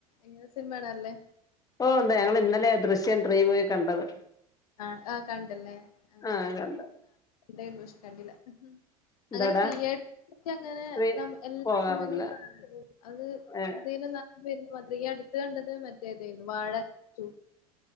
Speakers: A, on the left (about 70°); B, on the left (about 20°).
A: ഇങ്ങള് സിനിമാ കാണറില്ലേ
B: ഓ ഒണ്ട് ഞങ്ങൾ ഇന്നലാ ദൃശ്യംത്രീ പോയി കണ്ടത്
A: ആ ആ കണ്ടല്ലേ ആ
B: ആഹ് കണ്ട്
A: ണ്ടാരുന്നു ഷേ കണ്ടില്ല
B: എന്തോടാ
A: അങ്ങനെ തിയേറ്ററിലങ്ങക്കെ
B: ത്രീ
A: നമ്മ എല്ലാ
B: പോകാറില്ല
A: സിനിമും അത്
B: ഏ
A: എന്തേലും നല്ല വരുമ്പ ഇയടുത്ത് കണ്ടത് മറ്റേ തായിരുന്നു വാഴ ടു